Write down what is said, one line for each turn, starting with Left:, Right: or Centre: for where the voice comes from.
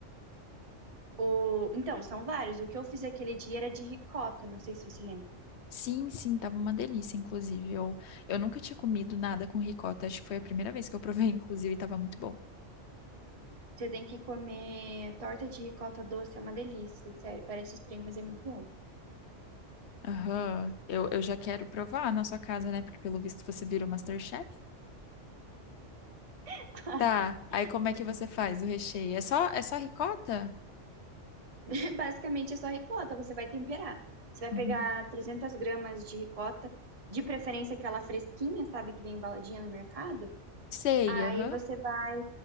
Right: O... Então, são vários. O que eu fiz aquele dia era de ricota, não sei se você lembra.
Left: Sim, sim, tava uma delícia, inclusive. Eu, eu nunca tinha comido nada com ricota, acho que foi a primeira vez que eu provei, <laughs> inclusive, e tava muito bom.
Right: Você tem que comer torta de ricota doce, é uma delícia, sério. Parece estranho, mas é muito bom.
Left: Aham, Eu, eu já quero provar na sua casa, né? Porque pelo visto você vira o MasterChef.
Right: <laughs>
Left: Tá, aí como é
Right: É
Left: que você faz o recheio? É só, é só ricota?
Right: É Basicamente é só ricota, você vai temperar. Você vai
Left: Uhum.
Right: pegar 300 gramas de ricota, de preferência aquela fresquinha, sabe, que vem embaladinha no mercado.
Left: Sei,
Right: Aí
Left: aham.
Right: você vai